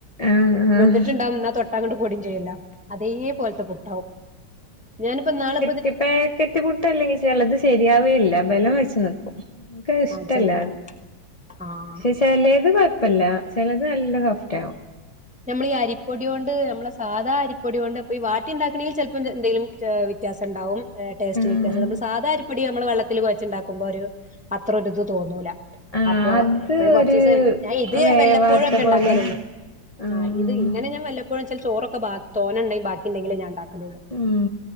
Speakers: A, on the left; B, in the centre.
A: ആഹ് ആഹ്
B: വെന്തിട്ടുണ്ടാവും
A: ആഹ്
B: എന്നാ തൊട്ടാ അങ്ങോട്ട് പൊടിയും ചെയ്യില്ല അതേ പോലത്തെ പുട്ടാവും ഞാനിപ്പോ ഇനാളെ
A: ഈ പാക്കറ്റ് പുട്ടല്ലെങ്കിൽ ചിലത് ശരിയാവേയില്ല ബലം വെച്ച്നിക്കും എനക്ക് ഇഷ്ടല്ല
B: ആ ചിലത്
A: അത്
B: ആ
A: പക്ഷെ ചിലത് പ കുഴപ്പല്ല ചിലത് നല്ല കഫ്റ്റയാവും
B: നമ്മൾ ഈ അരിപ്പൊടി കൊണ്ട് നമ്മളെ സാധാ അരിപ്പൊടി കൊണ്ട്പ്പ ഈ വാട്ടി ഉണ്ടാക്കണമെങ്കിൽ ചിലപ്പോ എന്തെങ്കിലും വ്യത്യാസം ഉണ്ടാവും ടേസ്റ്റ്
A: ആഹ്
B: വ്യത്യാസം നമ്മ സാധാരിപ്പൊടി നമ്മള് വെള്ളത്തിൽ കൊഴച്ചുണ്ടാക്കുമ്പോൾ ഒരു അത്ര ഒരുരിത് തോന്നൂല
A: ആഹ്
B: അപ്പൊ
A: അത്
B: ഇപ്പൊ കൊറച്ച
A: ഒരു
B: ദിവസം ഞാൻ ഇത്
A: വേവാത്ത
B: വെല്ലപ്പോഴും ഒക്കെ ഉണ്ടാക്കാലള്ളു
A: പോലെ ആഹ്
B: ആഹ ഇങ്ങനെ ഞാൻ വല്ലപ്പോഴും ചില ചോറൊക്കെ തോനഉണ്ടങ്കിൽ ബാക്കിഉണ്ടങ്കില ഞാ ഉണ്ടാക്ക
A: ഉം